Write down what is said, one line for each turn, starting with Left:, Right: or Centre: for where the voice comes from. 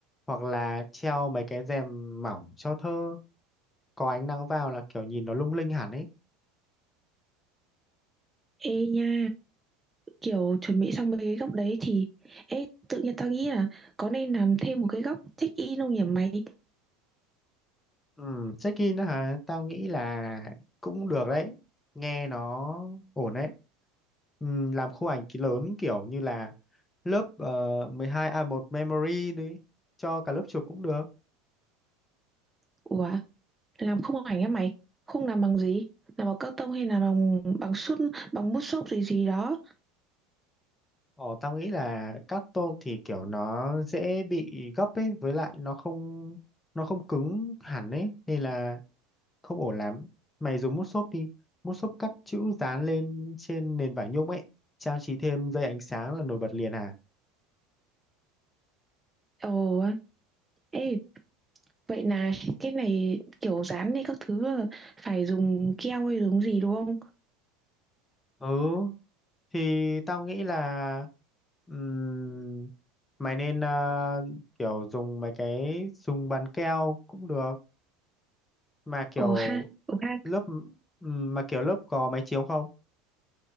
Left: hoặc là treo mấy cái rèm mỏng cho thơ, có ánh nắng vào là kiểu nhìn nó lung linh hẳn ấy.
Right: Ê nha. Kiểu, chuẩn bị xong mấy cái góc đấy thì ê, tự nhiên tao nghĩ là có nên làm thêm một cái góc check-in không nhỉ mày?
Left: Ừ, check-in đó hả? Tao nghĩ là cũng được đấy, nghe nó ổn đấy. Ừ, làm khu ảnh ký lớn kiểu như là lớp uh, 12A1 Memory đi, cho cả lớp chụp cũng được.
Right: Ủa, làm khung ảnh á mày? Không làm bằng gì? Làm bằng cắt tông hay là bằng bằng sút bằng mút xốp gì gì đó?
Left: Ồ, tao nghĩ là các tôm thì kiểu nó dễ bị gấp ấy, với lại nó không nó không cứng hẳn ấy, nên là không ổn lắm. Mày dùng mút xốp đi, mút xốp cắt chữ dán lên trên nền vải nhung ấy, trang trí thêm dây ánh sáng là nổi bật liền à?
Right: Ồ, ê, vậy là cái này kiểu dán hay các thứ là phải dùng keo hay dùng gì đúng không?
Left: Ừ, thì tao nghĩ là ừm, mày nên ờ, kiểu dùng mấy cái dùng bàn keo cũng được, mà kiểu
Right: Ồ ha, ồ ha,
Left: lớp ừm, mà kiểu lớp có máy chiếu không?